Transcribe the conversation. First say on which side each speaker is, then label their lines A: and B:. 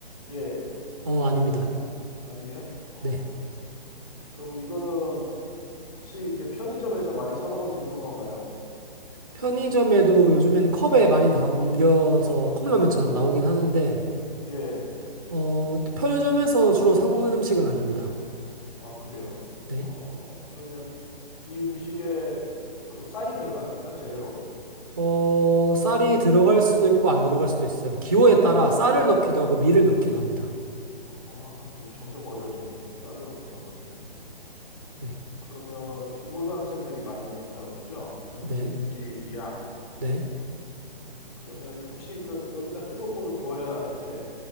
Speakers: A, on the left; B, on the right.
A: 예,
B: 어, 아닙니다.
A: 아니에요? 어,
B: 네.
A: 그러세요? 그러면 이거는 혹시 이게 편의점에서 많이 사 먹을 수 있는 건가요?
B: 편의점에도 요즘엔 컵에 많이 담겨서 컵라면처럼 나오긴 하는데,
A: 예.
B: 어, 편의점에서 주로 사 먹는 음식은 아닙니다.
A: 아, 그래요?
B: 네.
A: 어, 그러면 이 음식에 그 쌀이 들어갑니까? 재료로?
B: 어, 쌀이 들어갈 수도 있고 안 들어갈 수도 있어요. 기호에 따라 쌀을 넣기도 하고 밀을 넣기도 합니다.
A: 아, 이게 점점 어려워지네. 쌀을 넣기도 하고 밀 넣기도 한다.
B: 네.
A: 그러면 중고등학생들이 많이 먹는다고 그랬죠? MG,
B: 네.
A: MG 이하.
B: 네.
A: 그러면 혹시 이거 여기다 뜨거운 물을 부어야 이렇게